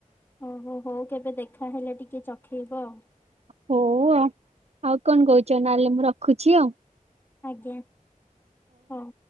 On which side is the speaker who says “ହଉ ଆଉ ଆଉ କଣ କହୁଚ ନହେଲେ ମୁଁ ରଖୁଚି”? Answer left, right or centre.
Right